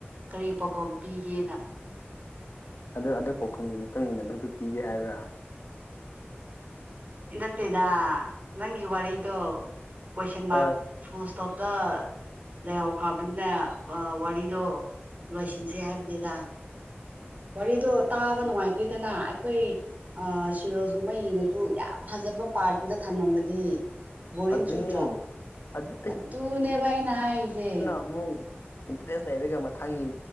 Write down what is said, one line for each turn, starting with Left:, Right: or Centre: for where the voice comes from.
Right: ꯀꯔꯤ ꯄꯥꯎꯈꯨꯝ ꯄꯤꯒꯦꯅ
Left: ꯑꯗꯨ ꯑꯗꯨ ꯄꯥꯎꯈꯨꯝꯒꯤ ꯃꯇꯨꯡ ꯏꯟꯅ ꯅꯪꯁꯨ ꯄꯤꯒꯦ ꯍꯥꯏꯕ꯭ꯔꯥ
Right: ꯅꯠꯇꯦꯗ ꯅꯪꯒꯤ ꯋꯥꯔꯤꯗꯣ ꯀꯣꯏꯁꯟ ꯃꯥꯔꯛ
Left: ꯍꯣꯏ
Right: ꯐꯣꯟ ꯏꯁꯇꯣꯞꯇ ꯂꯩꯍꯧꯈ꯭ꯔꯕꯅꯤꯅꯦ ꯋꯥꯔꯤꯗꯣ ꯂꯣꯏꯁꯤꯟꯁꯦ ꯍꯥꯏꯕꯅꯦꯗ ꯋꯥꯔꯤꯗꯣ ꯇꯥꯕ ꯅꯨꯡꯉꯥꯏꯇꯦꯗꯅ ꯑꯩꯈꯣꯏ ꯁꯤꯔꯤꯌꯦꯜꯁꯀꯨꯝꯕ ꯌꯦꯡꯉꯁꯨ ꯌꯥꯝ ꯐꯖꯕ ꯄꯥꯔꯠꯠꯇꯨꯗ ꯊꯝꯂꯝꯃꯗꯤ ꯕꯣꯣꯔꯦꯟ
Left: ꯑꯗꯨꯅꯤ
Right: ꯆꯨꯗ꯭ꯔꯣ
Left: ꯑꯗꯨ
Right: ꯑꯗꯨꯅꯦꯕ ꯑꯩꯅ ꯍꯥꯏꯔꯤꯁꯦ
Left: ꯑꯃꯃ ꯏꯟꯇꯔꯦꯁ ꯂꯩꯔꯒ ꯃꯊꯪꯒꯤ